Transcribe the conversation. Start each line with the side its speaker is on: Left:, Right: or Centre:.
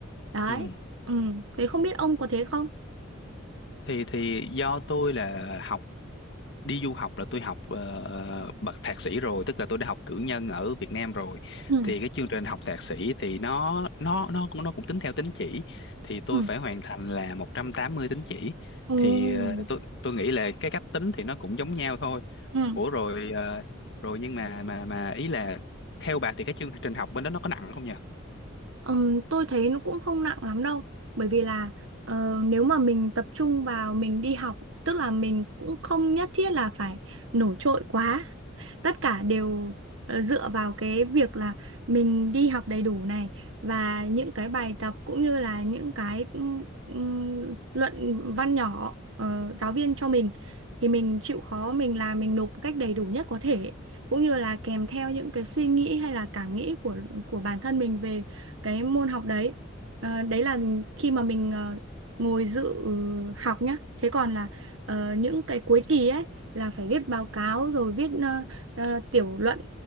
Right: đấy
Left: ừ
Right: ừ. thế không biết ông có thế không
Left: thì thì do tôi là học đi du học là tôi học ờ, bậc thạc sĩ rồi tức là tôi đã học cử nhân ở Việt Nam rồi
Right: ừ
Left: thì cái chương trình học thạc sĩ thì nó nó nó cũng nó cũng tính theo tín chỉ thì tôi
Right: ừ
Left: phải hoàn thành là 180 tín chỉ
Right: ừ
Left: thì ờ, tôi tôi nghĩ là cái cách tính thì nó cũng giống nhau thôi
Right: ừ
Left: Ủa rồi ờ, rồi nhưng mà mà mà ý là theo bà thì cái chương trình học bên đó nó có nặng không nhỉ?
Right: Ừm, tôi thấy nó cũng không nặng lắm đâu bởi vì là ờ, nếu mà mình tập trung vào mình đi học tức là mình cũng không nhất thiết là phải nổi trội quá tất cả đều ờ, dựa vào cái việc là mình đi học đầy đủ này và những cái bài tập cũng như là những cái ừm, ừm, luận văn nhỏ ờ, giáo viên cho mình thì mình chịu khó mình làm mình nộp một cách đầy đủ nhất có thể cũng như là kèm theo những cái suy nghĩ hay là cảm nghĩ của của bản thân mình về cái môn học đấy Ờ, đấy là khi mà mình ờ, ngồi dự học nhá thế còn là ờ, những cái cuối kỳ ấy là phải viết báo cáo rồi viết ờ, ờ, tiểu luận